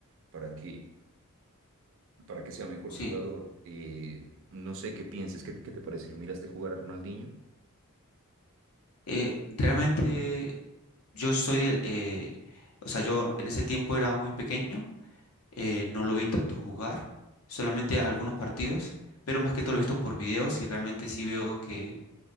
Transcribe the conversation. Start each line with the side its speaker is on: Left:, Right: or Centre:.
Right: para que, para que sea mejor
Left: Sí,
Right: jugador. Eh, no sé qué pienses, ¿qué, qué te parece? ¿Lo miraste jugar a Ronaldinho?
Left: eh, realmente yo soy, el- eh, o sea, yo en ese tiempo era muy pequeño, eh, no lo vi tanto jugar, solamente algunos partidos, pero más que todo lo he visto por videos y realmente sí veo que,